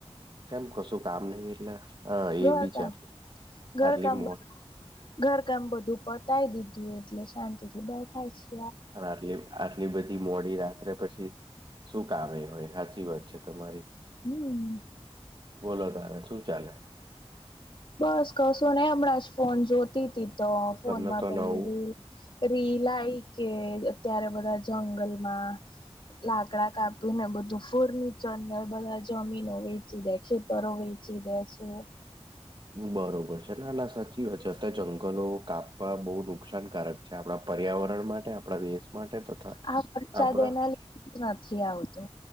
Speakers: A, on the right; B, on the left.
A: કેમ કશું કામ નહિ એટલે હ એ
B: ઘરકામ
A: બી છે
B: ઘરકામ
A: આટલી મોટી
B: ઘરકામ બધું પતાય દીધું એટલે શાંતિ થી બેઠા છે.
A: પણ આટલી આટલી બધી મોડી રાત્રે પછી શું કામે હોય હાચી વાત છે તમારી.
B: હમ
A: બોલો તારે શું ચાલે?
B: બસ કશું ને હમણાં જ ફોન જોતી તી તો ફોન
A: તમે
B: માં
A: તો
B: પેલી
A: નવું
B: રીલ રીલ આઈ કે અત્યારે બધા જંગલમાં લાકડા કાપી ને બધું ફર્નિચર ને બધા જમીનો વેચી દેે તરો વેચી દે છે
A: બરોબર છે ના ના સાચી વાત છે અત્યારે જંગલો કાપવા બહુ નુકસાનકારક જે આપણા પર્યાવરણ માટે આપણા દેશ માટે તથા
B: આ વરસાદ
A: આપણા
B: એના લીધે જ નથી આવતો.